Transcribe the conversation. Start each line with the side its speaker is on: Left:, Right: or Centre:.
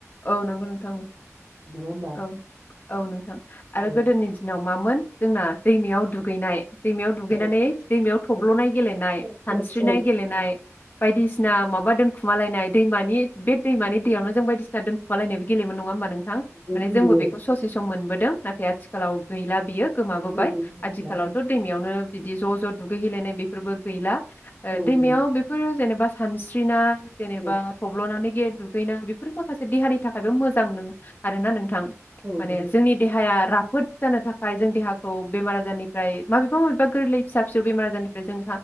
Left: औ नंगौ नोंथां औ
Right: होमबा
Left: औ औ नोंथां आरो
Right: औ
Left: गोदोनि दिनाव मामोन जोंना दैमायाव दुगैनाय दैमायाव दुगैनानै
Right: औ
Left: दैमायाव थब्ल'नाय
Right: औ
Left: गेलेनाय
Right: औ
Left: सानस्रिनाय
Right: औ
Left: गेलेनाय बायदिसिना माब थाखुमा लायनाय दैमानि बे दैमानि दैयावनो जों बायदि <unintelligible> गेलेमोन नङा होमबा नोंथां
Right: औ
Left: माने
Right: गेलेयो
Left: जोंबो बेखौ ससे सम मोनबोदों नाथाय आथिखालाव गैला बियो गोमाबोबाय
Right: औ गैला
Left: आथिखालावथ' दैमायावनो बिदि ज' ज' दुगैहैेलायनाय बेफोरबो गैला ओ
Right: औ
Left: दैमायाव
Right: गैला
Left: बेफोर जेनेबा सानस्रिना जेनेबा
Right: औ
Left: थब्ल'नानै ये दुगैनां बेफोर माखासे देहानि थाखायबो मोजां नों आरोना नोंथां
Right: औ
Left: माने
Right: नंगौ
Left: जोंनि देहाया राफ फोद जानो थाखाय जों देहाखौ बेमार आजारनिफ्राय माबेबा माबेबा गोरलै फिसा फिसौ बेमार आजारनिफ्राय जों